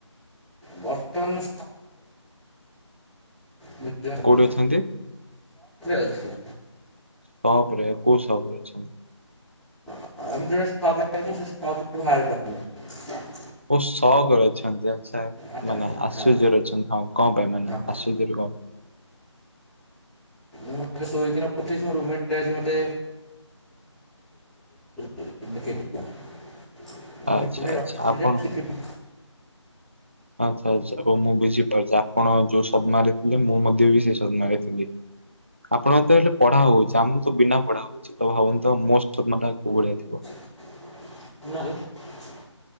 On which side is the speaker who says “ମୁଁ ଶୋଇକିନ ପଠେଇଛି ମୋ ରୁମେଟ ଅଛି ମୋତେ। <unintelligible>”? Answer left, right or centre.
Centre